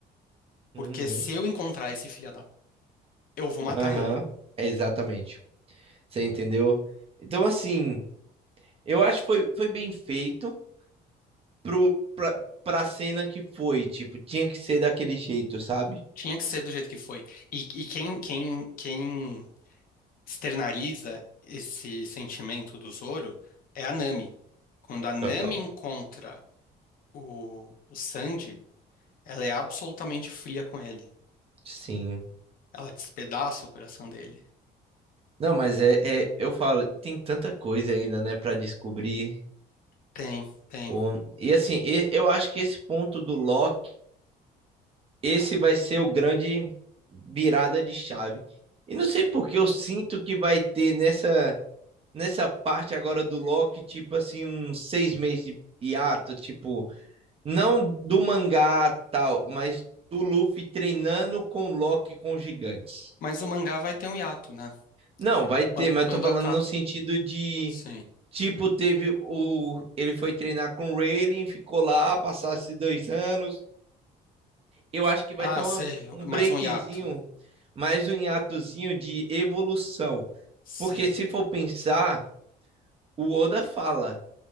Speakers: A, on the left; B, on the right.
A: Porque
B: Uhum,
A: se eu encontrar esse filho da... Eu vou matar
B: aham,
A: ele.
B: é exatamente. Você entendeu? Então, assim, eu acho que foi, foi bem feito pro, pra, pra cena que foi. Tipo, tinha que ser daquele jeito, sabe?
A: Tinha que ser do jeito que foi. E, e quem, quem, quem externaliza esse sentimento do Zoro é a Nami. Quando a Nami
B: Total.
A: encontra o, o Sanji, ela é absolutamente fria com ele.
B: Sim.
A: Ela despedaça o coração dele.
B: Não, mas é, é, eu falo, tem tanta coisa ainda, né, pra descobrir.
A: Tem, tem.
B: o E assim, e- eu acho que esse ponto do Loki, esse vai ser o grande virada de chave. E não sei porque eu sinto que vai ter nessa, nessa parte agora do Loki, tipo assim, uns seis meses de hiato, tipo. Não do mangá tal, mas do Luffy treinando com o Loki com os gigantes.
A: Mas o mangá vai ter um hiato, né?
B: Não, vai ter,
A: Quan-
B: mas
A: Quando
B: eu tô falando
A: acaba...
B: no sentido de.
A: Sim.
B: Tipo, teve o. Ele foi treinar com o Rayleigh, ficou lá, passasse dois anos. Eu acho que vai
A: Ah,
B: ter uma-
A: sei,
B: um
A: mais
B: breakzinho,
A: um hiato.
B: mais um hiatozinho de evolução.
A: Sei.
B: Porque se for pensar, o Oda fala